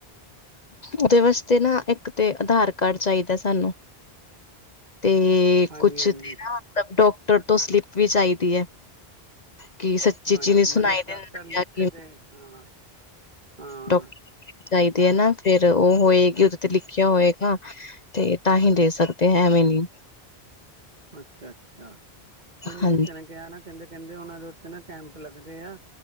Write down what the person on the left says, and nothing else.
ਓਦੇ ਵਾਸਤੇ ਨਾ ਏੱਕ ਤੇ ਅਧਾਰ ਕਾਰਡ ਚਾਈਦੈ ਸਾਨੂੰ ਤੇ
ਕੁਛ
ਤੇ ਨਾ ਮਤਲਬ ਡੋਕਟਰ ਤੋਂ ਸਲਿਪ ਵੀ ਚਾਈਦੀ ਐ। ਕਿ ਸੱਚੀ
ਚੀ ਨੀ ਸੁਣਾਈ
ਦਿੰਦਾ
ਆ
ਕਿ
ਡੋਕ ਚਾਈਦੀ ਏ ਨਾ ਫੇਰ ਓ ਹੋਏਗੀ ਓਦੇ ਤੇ ਲਿਖੇਆ ਹੋਏਗਾ ਤੇ ਤਾਂ ਹੀ ਦੇ ਸਕਦੇ ਹੈਂ ਐਵੇਂ ਨੀ
ਹਾਂਜੀ